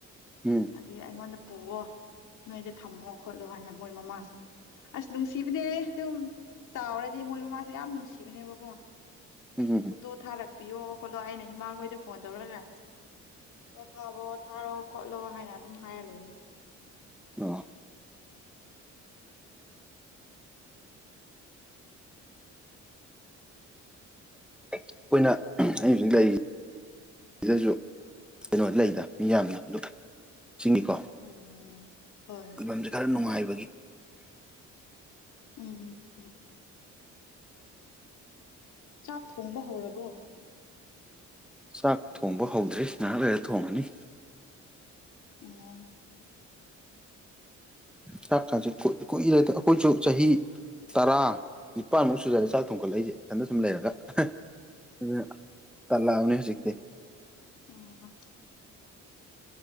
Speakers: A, in the centre; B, on the left.
A: ꯎꯝ
B: ꯑꯗꯨꯏ ꯑꯩꯉꯣꯟꯗ ꯄꯨꯑꯣ ꯅꯣꯏꯗ ꯊꯝꯃꯣ ꯈꯣꯠꯂꯣ ꯍꯥꯏꯅ ꯃꯣꯏ ꯃꯃꯥꯁꯤ ꯑ꯭ꯁ ꯅꯨꯡꯁꯤꯕꯅꯦ ꯗꯨꯝ ꯆꯥꯎꯔꯗꯤ ꯃꯣꯏ ꯃꯃꯥꯁꯦ ꯌꯥꯝ ꯅꯨꯡꯁꯤꯕꯅꯦꯕꯀꯣ
A: ꯎꯝ
B: ꯐꯣꯇꯣ ꯊꯥꯔꯛꯄꯤꯌꯣ ꯈꯣꯠꯂꯣ ꯍꯥꯢꯅ ꯏꯃꯥ ꯍꯣꯏꯗ ꯐꯣꯟ ꯇꯧꯔꯒ ꯇꯣ ꯊꯥꯕꯣ ꯊꯥꯔꯛꯑꯣ ꯈꯣꯠꯂꯣ ꯍꯥꯏꯅ ꯑꯗꯨꯝ ꯍꯥꯏꯔ ꯂꯩ <inaudible>
A: ꯎꯝ ꯑꯣ ꯑꯩꯈꯣꯏꯅ ꯑꯍꯝ ꯑꯩ ꯍꯧꯖꯤꯛ ꯂꯩꯔꯤ ꯁꯤꯗꯁꯨ ꯀꯩꯅꯣꯗꯤ ꯂꯩꯗ ꯃꯤ ꯌꯥꯝꯅ ꯗꯨꯝ ꯁꯤꯡꯅꯤꯀꯣ
B: ꯎꯝ ꯍꯣꯏ
A: ꯂꯩꯐꯝꯁꯤ ꯈꯔ ꯅꯨꯡꯉꯥꯏꯕꯒꯤ
B: ꯎꯝ ꯎꯝ ꯆꯥꯛ ꯊꯣꯡꯕ ꯍꯧꯔꯕꯣ
A: ꯆꯥꯛ ꯊꯣꯡꯕ ꯍꯧꯗ꯭ꯔꯤ ꯉꯥꯏꯍꯥꯛ ꯂꯩꯔ ꯊꯣꯡꯉꯅꯤ
B: ꯎꯝ
A: ꯆꯥꯛꯀꯁꯦ ꯀꯨꯏ ꯀꯨꯢꯔꯦꯗ ꯑꯩꯈꯣꯏꯁꯨ ꯆꯍꯤ ꯇꯔꯥ ꯅꯤꯄꯥꯥꯟꯃꯨꯛ ꯁꯨꯔꯦ ꯆꯥꯛ ꯊꯣꯡꯒꯠꯂꯛꯏꯁꯤ ꯑꯗꯁꯨꯝ ꯂꯩꯔꯒ ꯍꯥ ꯑꯗꯨꯅ ꯇꯜꯂꯛꯑꯕꯅꯤ ꯍꯧꯖꯤꯛꯇꯤ
B: ꯎꯝ ꯑꯣ